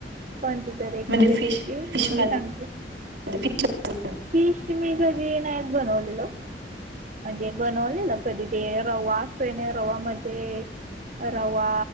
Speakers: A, on the right (about 45°); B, on the right (about 80°).
A: कोणती तर एक
B: म्हणजे
A: रेसिपी
B: फिश फिश
A: मग
B: मध्ये
A: मी सांगते.
B: फिश
A: फिश मी कधी नाहीच बनवलेलो. म्हणजे बनवले ना कधी ते रवा असतोय ना रवा मध्ये रवा